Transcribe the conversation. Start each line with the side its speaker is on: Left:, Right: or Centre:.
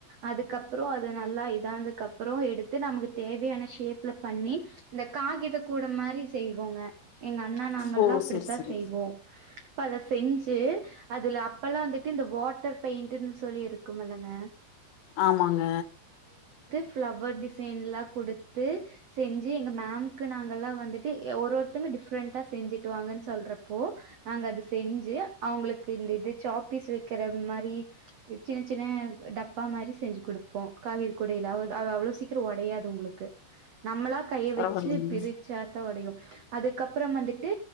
Right: அதுக்கப்புற அது நல்லா இதானதுக்கு அப்புற எடுத்து நமக்கு தேவையான ஷேப்ல பண்ணி இந்த காகித கூட மாரி செய்வோங்க எங்க அண்ணா நாங்கள்ல்லா
Left: ஓ
Right: அப்படித்தா
Left: செரி செரி
Right: செய்வோ இப்ப அத செஞ்சு அதுல அப்பெல்லா வந்துட்டு இந்த வாட்டர் பெயிண்ட்டுன்னு சொல்லி இருக்கும்ல்லங்க
Left: ஆமாங்க
Right: பிளவர் டிசைன் எல்லாம் கொடுத்து செஞ்சு எங்க மேம்க்கு நாங்க எல்லா வந்துட்டு ஒரு ஒருத்த டிஃப் ஃப்ரண்டா செஞ்சிட்டு வாங்கனு சொல்றப்போ நாங்க அத செஞ்சு அவங்களுக்கு இந்த இது சாக் பிஸ் வைக் க்கிற மாரி சின்ன சின்ன டப்பா மாரி செஞ்சு குடுப்போ காகித குடைல அவ அவ்ள சீக்கிர ஒடையாது உங்களுக்கு நம்மளா கைய
Left: பரவாயில்லைங்க
Right: வச்சு பிரிச்சாத்தா ஒடையு அதுக்கப் பறம் வந்துட்டு